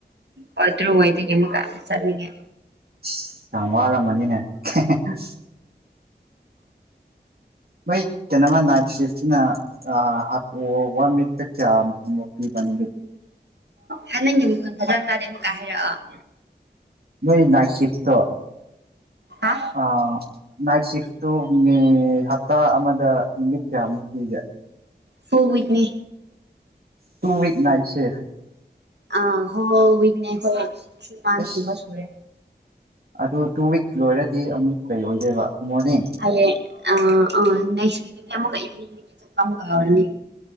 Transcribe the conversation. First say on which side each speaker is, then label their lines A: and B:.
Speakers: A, on the right (about 75°); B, on the right (about 60°).
A: ꯍꯣꯢ ꯇ꯭ꯔꯨꯛꯋꯥꯢꯗꯒꯤ ꯑꯃꯨꯛꯀ ꯆꯠꯅꯤꯡꯉꯦ
B: ꯁꯤ ꯌꯥꯝ ꯋꯥꯔꯝꯒꯅꯤꯅꯦ ꯈꯦꯍ ꯍꯦ ꯃꯣꯏ ꯀꯩꯅꯣꯃ ꯅꯥꯏꯠ ꯁꯤꯐꯁꯤꯅ ꯑꯥ ꯍꯥꯞ ꯑꯣ ꯋꯥꯟ ꯋꯤꯛ ꯗꯦꯠ ꯀꯌꯥ ꯃꯣ ꯃꯣꯛ ꯄꯤꯕ ꯅꯣꯢꯗꯤ
A: ꯍꯥ ꯅꯪꯒꯤ ꯃꯈꯣꯟ ꯐꯖꯟ ꯇꯥꯗꯦ ꯑꯃꯨꯛꯀ ꯍꯥꯏꯔꯛꯑꯣ
B: ꯅꯣꯏ ꯅꯥꯢꯠꯁꯤꯐꯇꯣ
A: ꯍꯥ
B: ꯑ ꯅꯥꯢꯠ ꯁꯤꯐꯇꯣ ꯃꯦ ꯍꯥꯞꯇꯥ ꯑꯃ ꯗ ꯅꯨꯃꯤꯠ ꯀꯌꯥꯃꯨꯛꯄꯤꯒꯦ
A: ꯐꯨꯜ ꯋꯤꯛꯅꯤ
B: ꯇꯨꯋꯤꯛ ꯅꯥꯢꯠ ꯁꯤꯐ
A: ꯑꯥ ꯍꯣ ꯋꯤꯛꯅꯦ ꯍꯣꯏ <unintelligible>
B: ꯑꯁ
A: ꯀꯨꯝꯕ ꯁꯨꯔꯦ
B: ꯑꯗꯨ ꯇꯨ ꯋꯤꯛ ꯂꯣꯏꯔꯗꯤ ꯑꯃꯨꯛ ꯀꯩ ꯑꯣꯏꯗꯣꯏꯕ ꯃꯣꯔꯅꯤꯡ
A: ꯍꯌꯦꯡ ꯑꯥ ꯑ ꯅꯦꯁꯠꯀꯤꯗꯤ ꯢꯚꯤꯅꯤꯡꯗꯒꯤ ꯆꯠꯄ ꯑꯃꯨꯛꯀ ꯍꯧꯔꯅꯤ